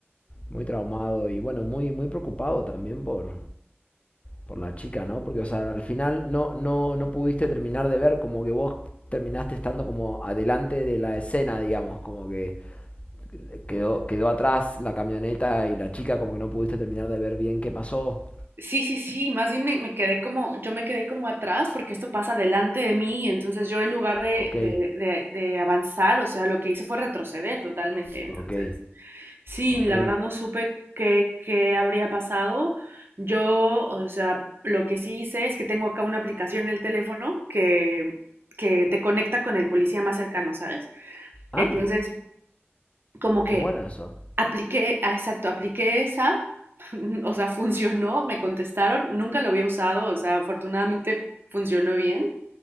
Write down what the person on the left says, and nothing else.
muy traumado y bueno, muy, muy preocupado también por, por la chica, ¿no? Porque, o sea, al final no, no, no pudiste terminar de ver como que vos terminaste estando como adelante de la escena, digamos, como que quedó, quedó atrás la camioneta y la chica, como que no pudiste terminar de ver bien qué pasó.
Ok,
ok,
ok.
Ah,
muy bueno eso.